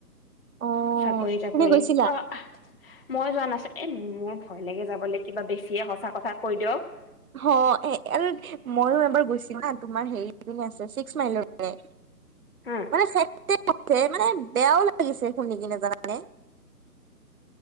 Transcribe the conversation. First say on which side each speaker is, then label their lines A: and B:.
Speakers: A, on the right (about 60°); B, on the left (about 35°).
A: অ
B: চাকৰি-তাকৰি,
A: তুমি গৈছিলা
B: অ মই যোৱা নাছি, এ মোৰ ভয় লাগে যাবলে। কিবা বেছিয়ে সঁচা কথা কৈ দিয়ক।
A: হ, এ আৰু মইও এবাৰ গৈছো হা, তোমাৰ হেৰি আছে ছিক্স মাইলৰ পিনে।
B: হা
A: মানে <unintelligible> মানে বেয়াও লাগিছে শুনি কিনে জানানে।